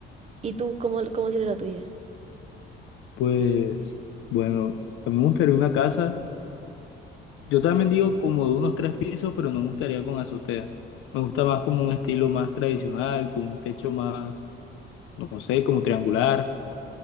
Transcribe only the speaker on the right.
¿Y tú cómo, cómo sería la tuya?